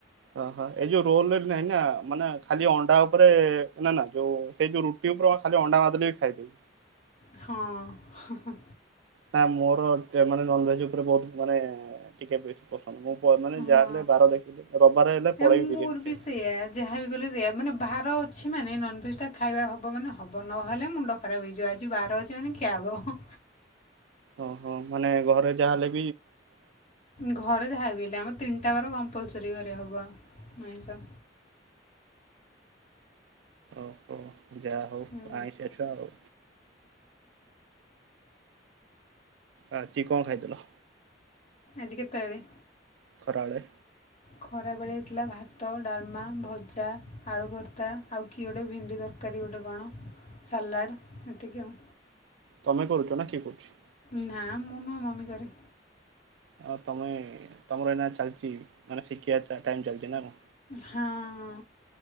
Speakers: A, on the right; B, on the left.
A: ଓହୋ ଏଇ ଯୋଉ ରୋଲରେ ନାହିଁ ନା ମାନେ ଖାଲି ଅଣ୍ଡା ଉପରେ ନା ନା ଯୋଉ ସେଇ ଯୋଉ ରୁଟି ଖାଲି ଅଣ୍ଡା ଭାତ ଟିକେ ଖାଇଦବି।
B: ହୁଁ ହୁଁ ହୁଁ।
A: ନା ମୋର ପିୟ ମାନେ ନନଭେଜ ଉପରେ ବହୁତ ମାନେ ଟିକେ ବେଶ କଷ୍ ମୁଁ ମାନେ
B: ହଁ
A: ଯାହାହଲେ ବାର ଦେଖିଲେ ରବିବାର ହେଲେ
B: ଏ
A: ପଳେଇବି
B: ମୋର
A: ବିରିୟାନୀ
B: ବି
A: ଖାଇବାକୁ।
B: ସେଇଆ ଯାହା ବି କଲେ ସେଇଆ ମାନେ ବାର ଅଛି ମାନେ ନନଭେଜ୍ ଟା ଖା ଖାଇବା ହବ ମାନେ ହବ ନହେଲେ ମୁଣ୍ଡ ଖରାପ ହେଇଯିବ, ଆଜି ବାର ଅଛି ମାନେ ଖିଆ ହେବ।
A: ଓହୋ ମାନେ ଘରେ ଯାହାହେଲେବି-
B: ଘରେ ଯାହା ହେବଲେ ଆମ- ତିନିଟା ବାର କମ୍ପଲସରୀ ଘରେ ହେବ ଆଇଷ।
A: ଓ ହୋ ଯାହା ହଉ
B: ହୁଁ
A: ଆଇନ୍ସ ଛୁଆ ଆଉ। ଆଜି କଣ ଖାଇଥିଲ?
B: ଆଜି କେତେବେଳେ?
A: ଖରା ବେଳେ।
B: ଖରାବେଳେ ହେଇଥିଲା ଭାତ ଡାଲମା ଭଜା ଆଳୁ ଭର୍ତ୍ତା ଆଉ କିଏ ଗୋଟେ ଭେଣ୍ଡି ତରକାରୀ ତରକାରୀ ଗୋଟେ କଣ ସାଲାଡ ଏତିକି ଆଉ।
A: ତମେ କରୁଚ ନା କିଏ କରୁଚି?
B: ନାଁ ମୁଁ ନୁହଁ ମମି କରେ।
A: ଆଉ ତମେ ତମର ଏଇନା ଚାଲିଚି ମାନେ ଶିଖିବା ଟାଇମ୍ ଚାଲିଚି ନା କଣ?
B: ହଁ